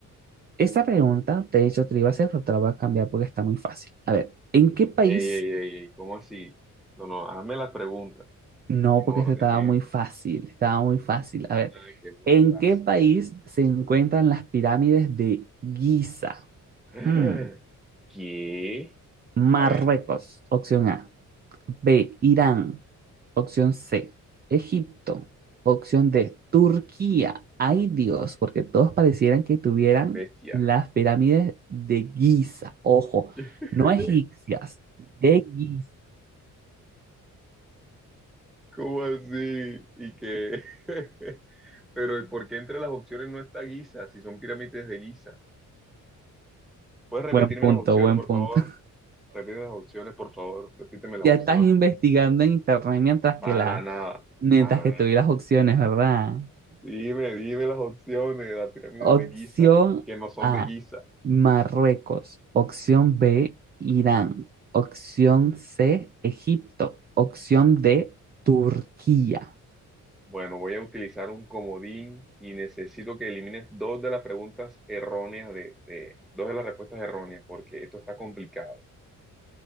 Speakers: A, on the right; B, in the centre.
A: esta pregunta, de hecho, te la iba a hacer, pero te la voy a cambiar porque está muy fácil. A ver, ¿en qué país
B: Ey, ey, ey, ey, ¿cómo así? No, no, hazme las preguntas
A: No,
B: en
A: porque
B: orden,
A: este estaba
B: ¿eh?
A: muy fácil, estaba muy fácil.
B: Ah,
A: A ver,
B: que muy
A: ¿en
B: fácil.
A: qué país se encuentran las pirámides de Giza?
B: <laughs>
A: Hmm,
B: ¿Qué?
A: Marruecos,
B: A ver,
A: opción A. B, Irán, opción C. Egipto, opción D. Turquía. Ay Dios, porque todos parecieran que tuvieran
B: bestia.
A: las pirámides de Giza. Ojo,
B: <laughs>
A: no egipcias, de Giza.
B: ¿Cómo así? Y que... <laughs> Pero ¿y por qué entre las opciones no está Giza si son pirámides de Giza? ¿Puedes repetirme
A: Buen punto,
B: las opciones,
A: buen
B: por
A: punto.
B: favor?
A: <laughs>
B: Repíteme las opciones, por favor. Repíteme las
A: Ya
B: opciones.
A: estás investigando en internet mientras
B: Para
A: que la
B: nada.
A: Mientras
B: Para
A: que tuve
B: nada.
A: las opciones, ¿verdad?
B: Dime, dime las opciones de las pirámides
A: Opción
B: de Giza, que no son
A: A,
B: de Giza.
A: Marruecos. Opción B, Irán. Opción C, Egipto. Opción D, Turquía.
B: Bueno, voy a utilizar un comodín y necesito que elimines dos de las preguntas erróneas de, de- dos de las respuestas erróneas, porque esto está complicado.